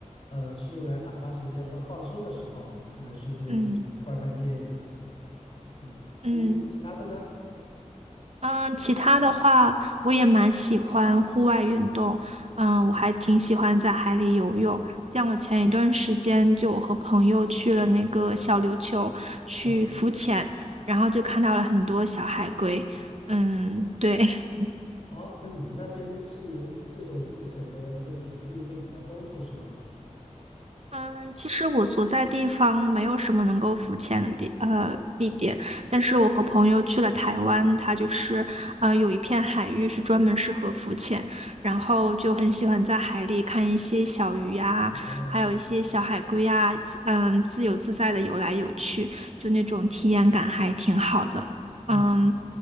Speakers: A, on the left; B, on the right.
A: 呃，去用来打发时间或放松的时候，可能去会观看电影啊。
B: 嗯
A: 嗯，
B: 嗯。
A: 你其他的呢？
B: 嗯，其他的话，我也蛮喜欢户外运动。嗯，我还挺喜欢在海里游泳。像我前一段时间，就我和朋友去了那个小琉球去浮潜，
A: 啊，
B: 然后就看到了很多小海龟。嗯，对。<laughs>
A: 哦，那你们那边是这种浮潜的那个水域会比较丰富，是吗？
B: 嗯，其实我所在地方没有什么能够浮潜的地呃地点，但是我和朋友去了台湾，它就是呃有一片海域是专门适合浮潜，然后就很喜欢在海里看一些小鱼呀、
A: 哦，
B: 还有一些小海龟呀、自嗯自由自在的游来游去，就那种体验感还挺好的。
A: 嗯。
B: 嗯，